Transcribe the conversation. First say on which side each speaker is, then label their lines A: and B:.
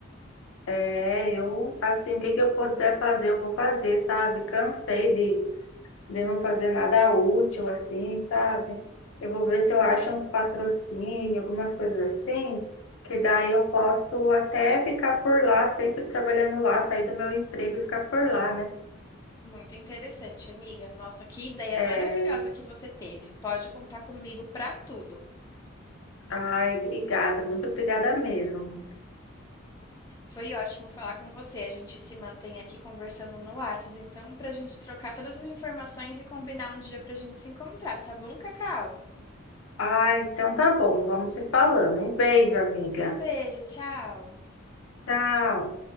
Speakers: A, on the left; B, on the left.
A: É, eu, assim, o que que eu puder fazer, eu vou fazer, sabe? Cansei de, de não fazer nada útil, assim, sabe? Eu vou ver se eu acho um patrocínio, algumas coisas assim, que daí eu posso até ficar por lá, sempre trabalhando lá, sair do meu emprego e ficar por lá, né?
B: Muito interessante, amiga. Nossa, que ideia
A: É,
B: maravilhosa que você teve. Pode contar comigo para tudo.
A: ai, obrigada, muito obrigada mesmo.
B: Foi ótimo falar com você. A gente se mantém aqui conversando no Whats, então, para a gente trocar todas as informações e combinar um dia para a gente se encontrar, tá bom, Cacau?
A: Ai, então tá bom, vamos se falando. Um beijo, amiga.
B: Um beijo, tchau.
A: Tchau.